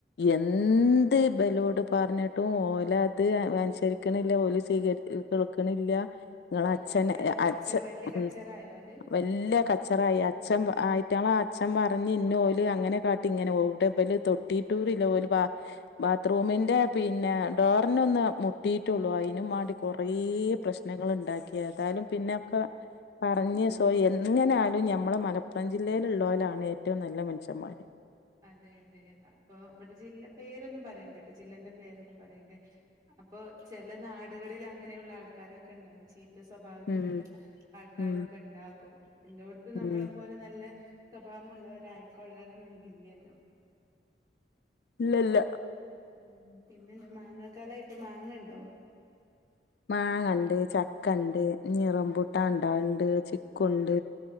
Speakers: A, on the left; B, on the right.
A: എന്ത് ഇബലോട് പറഞ്ഞിട്ടും ഓലെ അത് അനുസരിക്കണില്ല ഓല സ്വീക കേൾക്കണില്ല നിങ്ങള
B: ആ ആ,
A: അച്ഛൻ
B: അങ്ങനെ അത് കച്ചറ
A: അച്ഛ
B: വലിയ
A: ഉം
B: കച്ചറായോ അത്
A: വല്ല കച്ചറായി അച്ഛൻ ആയിട്ടാള ആഹ് അച്ഛൻ പറഞ് ഇന്ന ഓല് അങ്ങനെ കാട്ടി ഇങ്ങനെ ഇവിടെല് തൊ് ടീടൂല്ലോ ഒരു ബാത്റൂമിന്റെ പിന്നെ ഡോറിന് ഒന്ന് മുട്ടിയിട്ടുള്ളൂ അയിനുവാ കൊറേ
B: ആ ആ ആ.
A: പ്രശ്നങ്ങൾ ഇണ്ടാക്കിതായാലും പിന്നൊക്കെ പറഞ്ഞ് സോയെൻ ഇങ്ങനെ ആയാലും ഞമ്മളെ മലപ്പുറം ജില്ലയിലുള്ളരാണ് ഏറ്റവും നല്ല മനുഷ്യന്മാര്
B: അതെ അതെ അപ്പൊ അവിടെ ജില്ല പേരൊന്നും പറയണ്ടട്ടോ ജില്ലന്റെ പേരൊന്നും പറയണ്ടേ അപ്പൊ ചെല നാടുകളിൽ അങ്ങനെയുള്ള ആൾക്കാരൊക്കെ ഉണ്ടാവും ചീ സ്വഭാവത്തിലുള്ള
A: ഉം
B: ആൾക്കാരൊക്കെ
A: ഉം
B: ഇണ്ടാകും പിന്നോടുത്ത് നമ്മളെ
A: ഉം
B: പോലെ നല്ല സ്വഭാവമുള്ളവരായിക്കൊള്ളണം എല്ലല്ലോ
A: ഇല്ലല്ല
B: ഉം പിന്നെന്താ മാങ്ങക്കാലായിട്ട് മാങ്ങ ഇണ്ടോ
A: മാങ്ങ ഇണ്ട് ചക്ക ഇണ്ട് ഇനി റമ്പുട്ടാൻ ഇണ്ടാകുന്നുണ്ട് ചിക്കുണ്ട്